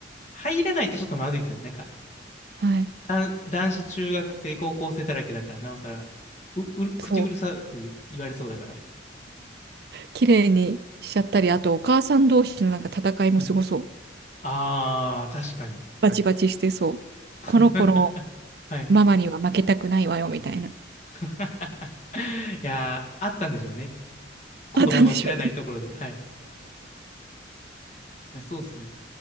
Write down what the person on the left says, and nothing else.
入らないとちょっとまずいですよね。なんか、
だ男子中学生、高校生だらけだから、なおさら、う、うる、口うるさく言われそうだから。
はいあー、確かに。
<laughs>
はい。
<laughs> いやー、あったんでしょうね。子供の知らないところで。
はい。いや、そうっすね。